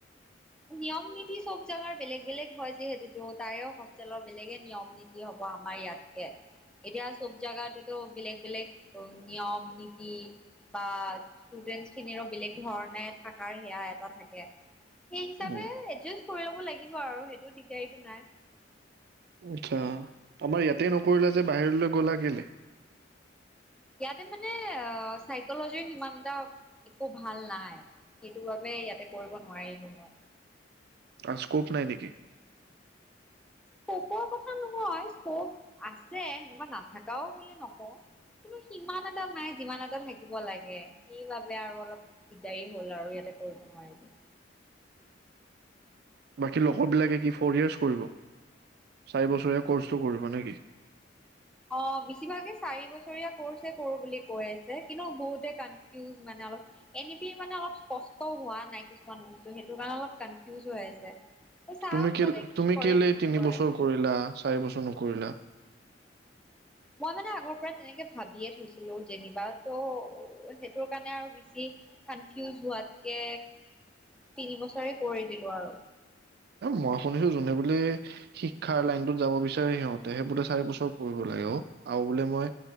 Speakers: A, in the centre; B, on the right.
A: নিয়ম নীতি চব জাগাৰ বেলেগ বেলেগ হয়। যিহেতুকো তাৰেও হষ্টেলৰ বেলেগে নিয়ম নীতি হ'ব। আমাৰ ইয়াতকে এতিয়া চব জাগাটোতো বেলেগ বেলেগ নিয়ম নীতি, বা ষ্টুডেন্ট খিনিৰো বেলেগ ধৰণে থাকাৰ সেয়া এটা থাকে। সেই হিচাপে
B: উম,
A: এডজেষ্ট কৰি ল'ব লাগিব আৰু সেইটো দিগদাৰিটো নাই।
B: আচ্ছা, আমাৰ ইয়াতে নকৰিলা যে? বাহিৰলৈ গ'লা কেলে?
A: ইয়াতে মানে আ, চাইকলজিৰ সিমান এটা একো ভাল নাই। সেইটো বাবে ইয়াতে কৰিব নোৱাৰিলো মই।
B: আছ স্কপ নাই নেকি?
A: স্কপৰ কথা নহয়, স্কপ আছে। বা নাথকাওঁ বুলি নকওঁ। কিন্তু সিমান এটা নাই যিমান এটা থাকিব লাগে। সেইবাবে আৰু অলপ দিগদাৰি হ'ল, আৰু ইয়াতে কৰিব নোৱাৰিলো।
B: বাকী লগৰ বিলাকে কি ফ'ৰ ইয়াৰ্চ কৰিব। চাৰি বছৰীয়া কৰ্চটো কৰিব নেকি?
A: অ, বেছিভাগে চাৰি বছৰীয়া কৰ্ছে কৰো বুলি কৈ আছে। কিন্তু বহুতে কানফিউজ। মানে অলপ এন বি বি মানে অলপ স্পষ্ট হোৱা নাই। কিছুমান বস্তু সেইটো কাৰণে অলপ কানফিউজ হৈ আছে। চাওক
B: তুমি কিল-তুমি
A: তাতে কি কৰে
B: কেলে
A: কি নকৰে।
B: তিন বছৰ কৰিলা? চাৰি বছৰ নকৰিলা?
A: মই মানে আগৰ পৰা তেনেকে ভাবিয়ে থৈছিলো। যেনিবা ত' সেইটোৰ কাৰণে আৰু বেছি কানফিউজ হোৱাতকে তিন বছৰে কৰি দিলো আৰু
B: মই শুনিছো যোনে বোলে শিক্ষাৰ লাইনটোত যাব বিচাৰে সিহঁতেহে বোলে চাৰি বছৰ পঢ়িব লাগে। অ, আৰু বোলে মই